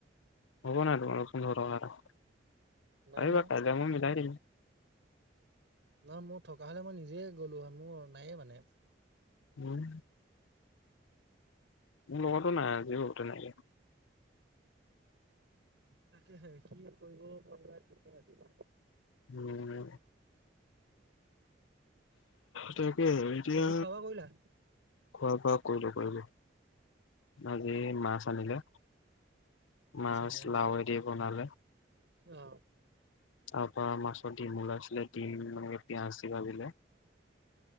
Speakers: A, on the left (about 85°); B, on the right (about 70°).
A: হ'ব নাই তোমাৰ ওচৰত পোন্ধৰটকা এটা।
B: নাই
A: আহিবা
B: নহয়
A: কাইলৈ মই মিলাই দিম।
B: নহ মোৰ থকা হলে মই নিজে গ'লো হয় মোৰ নায়ে মানে।
A: উম। মোৰ লগতো নাই আজিটো তেনেকে।
B: তাকে হে কি কৰিব পাৰা ঠিকে আহিবা।
A: উম। তাকে এতিয়া।
B: বাকী খোৱা বোৱা কৰিলা
A: খোৱা বোৱা কৰিলো, কৰিলোঁ, আজি
B: অ
A: মাছ আনিলে। মাছ
B: আনিলে ন
A: লাওঁ এৰি বনালে।
B: অ
A: তাৰ পৰা মাছৰ দিম উলাইছিলে, দিম মানে পিয়াঁজ দি ভাজিলে।